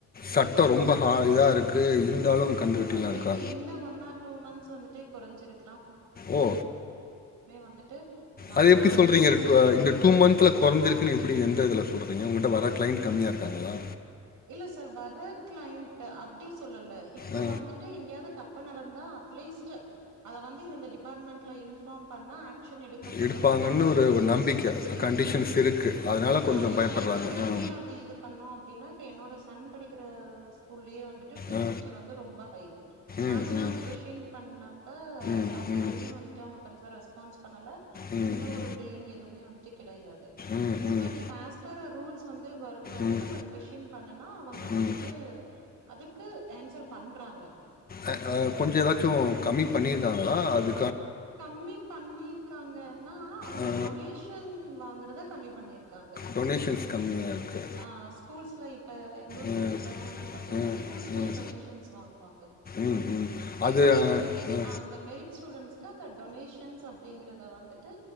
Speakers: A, on the left; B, on the right.
A: சட்டம்
B: இருக்காங்க
A: ரொம்ப ஹா இதாக இருக்குது இருந்தாலும் கந்து
B: ஆ
A: வெட்டிலாம்
B: மேபி
A: இருக்கா
B: இந்த ஒன் ஆர் டூ மந்த்ஸ் வந்துட்டு குறைஞ்சிருக்
A: ஓ
B: வந்துட்டு நாங்க
A: அது எப்படி
B: அதுல
A: சொல்றீங்க
B: சிக்குனது கிடையாது
A: இந்த டூ மந்த்ல குறைஞ்சிருக்குன்னு எப்படி எந்த இதல சொல்றீங்க உங்கட்ட வர கிளைண்ட் கம்மியா இருக்காங்களா
B: இல்ல சார் வர கிளைண்ட் அப்படி சொல்லல இப்ப
A: ஆ,
B: வந்துட்டு எங்கியாவது தப்பு நடந் அ அட்லீஸ்ட் அத வந்து இந்த இந்த டிபார்ட்மெண்ட்ல இன்பார்ம் பண்ண ஆக் சன் எடுக்கப்படும்
A: எடுப்பாங்கன்னு
B: ஒரு கண்டிஷன்ஸ்
A: நம்பிக்கை
B: வந்துட்டு இருக்கு
A: கண்டிஷன்ஸ் இருக்குது அதனால கொஞ்சம்
B: ஆ இப்ப
A: பயப்படுறாங்க
B: நாங்க எப்படி
A: ஆ
B: அத இது பண்ணோம் அப்படின்னா என்னோட சன் படிக்கிற ஸ்கூல்லயே வந்துட்டு பீ
A: ஆ
B: ஸ்டக்சர் வந்து ரொம்ப ஹை நாங்க
A: ம்
B: வந்துட்டு
A: ம்
B: கொஸ்டின் பண்ணப்ப
A: ம்
B: அது எதுவுமே
A: ம்
B: வந்துட்டு அவங்க பெருசா ரெஸ் பான்ஸ் பண்ல
A: ம் ம்
B: எந்த ஒரு பில்டிங் எதுவுமே வந்துட்டு கிடையாது
A: ம் ம்
B: ஃபட் இப்ப ஆஸ்பார் ரூல்ஸ் வந்து வரும்போது
A: ம்
B: நம்ம கொஸ்டின் பண்ணனா அவங்க
A: ம்
B: வந்துட்டு அதுக்கு ஆன்சர் பண்றாங்க
A: அ அ கொஞ்சோ ஏதாச்சு கம்மி பண்ணிர்காங்களா அது
B: கம்மி பண்ணிருக்காங்கன்னா அவங்க
A: அ
B: டொனேஷன் வாங்கறத கம்மி பண்ணிருக் காங்க
A: டொனேஷன்ஸ் கம்மியாக இருக்குது
B: ஆ ஸ்கூல்ஸ்ல இப்ப எங்கூர்
A: ம்
B: சைட்ஸ்லலா வந்து பாத்தீங்கனா
A: ம்
B: ஸ்கூல்ஸ்லயே
A: ம்
B: டொனேசன்ஸ் வாங்குவாங்க
A: ம் ம் அது
B: ஈவன்
A: அ,
B: மெரிட்ஸ்
A: அ,
B: அந்த மெரிட் ஸ்டூடண்ட்ஸ் டொனேஷன்ஸ் அப்டிங்கறத வந்து டு